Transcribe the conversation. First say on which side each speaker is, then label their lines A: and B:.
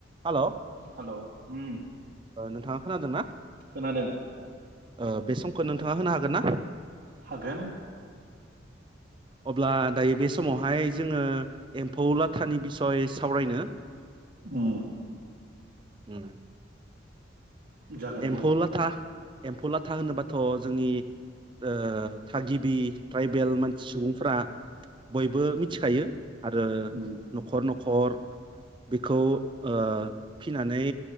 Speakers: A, on the right; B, on the right.
A: हालौ
B: हालौ उम
A: नोंथांङा खोनादों ना?
B: खोनादों
A: ओ बे समखौ नोंथांङा होनो हागोन ना?
B: हागोन।
A: अब्ला दायो बे समावहाय जोंङो एम्फौ लाथानि बिसय सावरायनो
B: उम
A: उम
B: जागोन
A: एम्फौ
B: बुं
A: लाथा एम्फौ लाथा होनोबाथ' जोंनि ‌ओ थागिब बि ट्राइबेल मानसि सुबुंफ्रा बयबो मिथिखायो आरो
B: उम
A: न'खर न'ख खर बेखौ ओ फिनानै